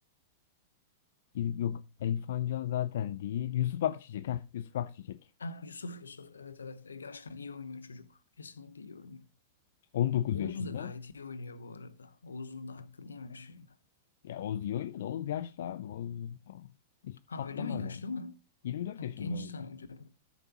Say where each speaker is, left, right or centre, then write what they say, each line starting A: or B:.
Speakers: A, on the left (about 70°); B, on the left (about 80°).
A: İl- Yok Elfancan zaten değil. Yusuf Akçiçek. Heh, Yusuf Akçiçek.
B: Ha, Yusuf Yusuf evet evet. E, gerçekten iyi oynuyor çocuk. Kesinlikle iyi oynuyor.
A: on dokuz
B: Oğuz
A: yaşında.
B: da gayet iyi oynuyor bu arada. Oğuz'un da hakkını yeme şimdi.
A: Ya Oz iyi oynuyor da Oz yaşlı abi. Oz hiç
B: Ha
A: patlamaz
B: öyle mi? Yaşlı
A: yani.
B: mı?
A: 24
B: Ben
A: yaşında
B: genç
A: Oz.
B: zannediyorum.
A: yani.